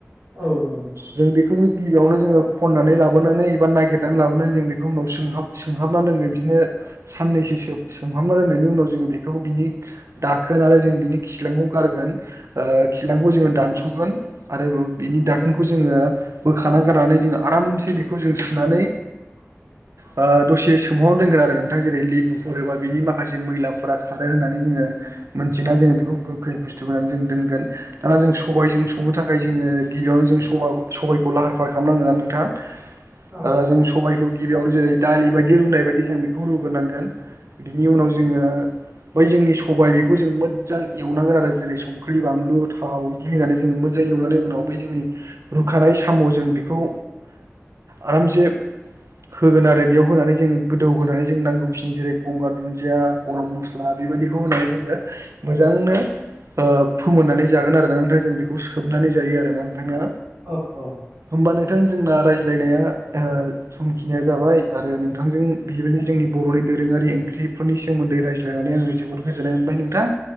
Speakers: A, on the right; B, on the right.
A: औ न
B: जों बेखौ गिबियावनो जोङो खननानै लाबोनानै एबा नागिरनानै लाबोनानै जों बेखौ उनाव सोंहाब सोंहाबना दोंगोन बिदिनो साननैसो सो सोंहाबना दोंनायनि उनाव जोङो बेखौ बिनि दाखोन आरो जों बिनि खिलांखौ गारगोन ओ खिलांखौ जोङो दानस'गोन आरो ओ बिनि दाखोनखौ जोङो बोखाना गारनानै जों आरामसे बेखौ जों सुनानै
A: <inaudible>
B: ओ दसे सोंहरनो दोनगोन आरो नोंथाङा जेरै लेबुफोर एोबा बिनि माखासे मैलाफोरा खारो होननानै जोङो मोनथिना जोङो बेखौ गोखै बुस्थु होनानै जों दोनगोन दाना जों सबायजों संनो था खाय जोङो गिबियावनो साबा सबायखौ लाहार फाहार खालामनांगोन नोंथां ओ
A: औ औ
B: जों स सबायाइखौ गिबियावनो जेरै दालि बायदि रुनाय बायदि जों बेखौ रुगोरनांगोन बिनि उनाव जोङो बै जोंनि सबायाइ बेखौ जों मोजां एवनांगोन आरो जेरै समखौ ख्रि बानलु थाव इदि होननानै जोङो मोजांङै एवनानै उनाव जोंनि रुखानाय साम' जों बेखौ आरामसे होगोन आरो बेयाव होनानै जोङो गोदौ होनानै जों नांगौखिन जेरै गंगार दुन्दिया गरम मस ला बेबायाददिखौ होनानै जोङो मोजांनो ओ फोमोननानै जागोन आरोना ओमफ्राय जों बेखौ सोबनानै जायो आरोना थाङा
A: औ औ
B: होमबा नोंथां जोंना रायज्लायनाया समखिनाया जाबाय आरो नोंथांजों बेबायदि जोंनि बर'नि दोरोङारि ओंख्रिफोरनि सो सोमोन्दै रायज्लायनानै आङो जोबोद गोजोननाय मोनबाय नोंथां